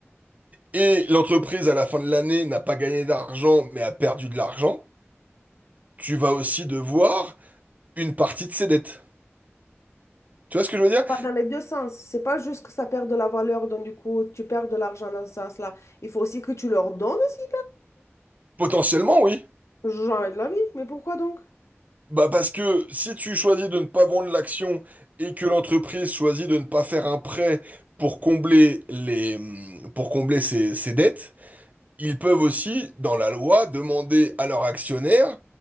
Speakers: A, on the right; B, on the left.
A: et l'entreprise à la fin de l'année n'a pas gagné d'argent mais a perdu de l'argent, tu vas aussi devoir une partie de ses dettes. Tu vois ce que je veux dire?
B: va Dans les deux sens, c'est pas juste que ça perd de la valeur, donc du coup tu perds de l'argent dans ce sens-là. Il faut aussi que tu leur donnes aussi.
A: Potentiellement, oui.
B: Jamais de la vie, mais pourquoi donc?
A: Bah parce que si tu choisis de ne pas vendre l'action et que l'entreprise choisit de ne pas faire un prêt pour combler les, hum, pour combler ses, ses dettes, ils peuvent aussi, dans la loi, demander à leurs actionnaires